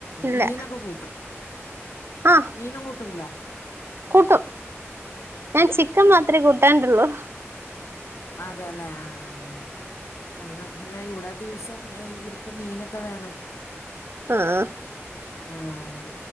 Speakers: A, on the right; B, on the left.
A: ഇല്ല
B: മീനൊക്കെ കൂട്ടും
A: ആഹ്
B: മീനും കൂട്ടൂല്ല
A: കൂട്ടും ഞാൻ ചിക്കൻ മാത്രമേ കൂട്ടാണ്ടള്ളൂ
B: അതെ ല്ലേ ആഹ് അങ്ങ പിന്നെ ഇവിടെ ദിവസം ഇക്ക് മീനൊക്കെ വേണം
A: ആഹ്
B: ആഹ്